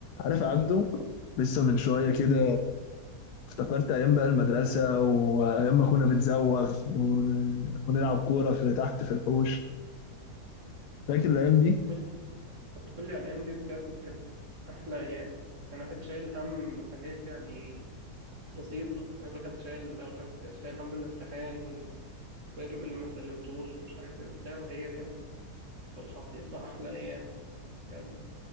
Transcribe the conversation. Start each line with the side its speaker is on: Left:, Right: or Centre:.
Left: عارف عبده لسه من شوية كده افتكرت أيام بقى المدرسة وأيام ما كنا بنزوغ و... ونلعب كورة في تحت في الحوش فاكر الأيام
Right: هتقول
Left: دي
Right: هتقولي على الأيام دي بجد كانت أحلى أيام كان واحد شايل هم حاجات يعني بسيطة يعني الواحد شايل أقول لك شايل هم الامتحان والواجب اللي ما سلمتوش ومش عارف إيه بتاع وهي كانت في الحقيقة أحلى أيام بجد